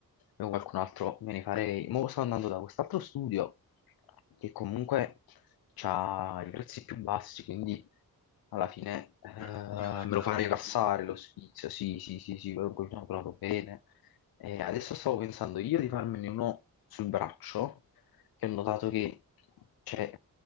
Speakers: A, on the left; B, on the left.
A: io qualcun altro me ne farei. Mo sto andando da quest'altro studio che comunque ha i prezzi più bassi, quindi alla fine eh,
B: Eh, ne vale
A: me
B: più
A: lo
B: la
A: fa
B: pena.
A: rilassare lo sfizio. Sì, sì, sì, sì, quello quello sono proprio bene. E adesso stavo pensando io di farmene uno sul braccio, che ho notato che cioè,